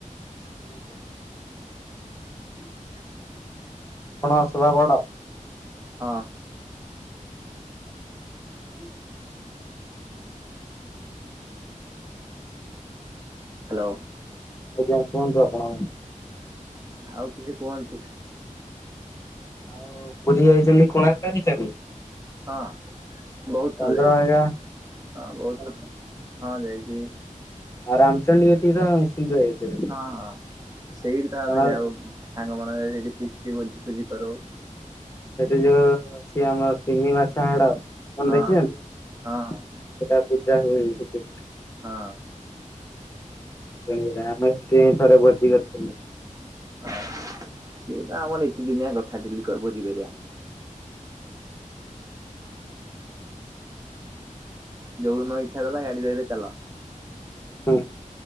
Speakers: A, on the left (about 20°); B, on the right (about 25°).
A: ନାହାନ୍ତି।
B: <inaudible>
A: ଆପଣ ସବା ବଡ?
B: ହଁ। <inaudible> ହ୍ୟାଲୋ
A: ଆଜ୍ଞା କୁହନ୍ତୁ ଆପଣ?
B: ଆଉ କିଛି କୁହନ୍ତୁ?
A: ଆଉ ପୁରୀ ଯାଇଛନ୍ତି କୋଣାର୍କ ଯାଇଛନ୍ତି?
B: ହଁ ବହୁତ
A: ଚନ୍ଦ୍ରଭାଗା
B: ଥର ଯାଇଛି, ହଁ ବହୁତଥର, ହଁ ଯାଇଛି।
A: ଆ ରାମଚଣ୍ଡି ଯେତିକି ତ ନିଛିନ୍ତ ଯାଇଥିବେ?
B: ହଁ ହଁ ସେଇଠି ତ ଆମେ
A: କାରଣ
B: ଯାଉ ସାଙ୍ଗ ମାନଙ୍କ ସେଇଠି ଠିକ ଭୋଜି ଫୋଜି କରାଉ।
A: ସେଠି ଯୋଉ ଅଛି ଆମର ତିନି ମାଛ ହାଡ କଣ
B: ହଁ
A: ଦେଖି ନାହାନ୍ତି
B: ହଁ ହଁ
A: ସେଟା ପୂଜା ହୁଏ? <inaudible>
B: ହଁ।
A: ସେଥିପାଇଁ ଆମେ କେ ଥରେ ଭୋଜି କରିଥିଲୁ।
B: ହ ସିଏ ତ ଆମର ନିତିଦିନିଆ କଥା ଦିଲୁ କହିବ ଭୋଜି କରିଵା। ଯୋଉ ଦିନ ଇଚ୍ଛା ଦେଲା ଗାଡି ଧରିଲା ଚାଲ।
A: ହଁ।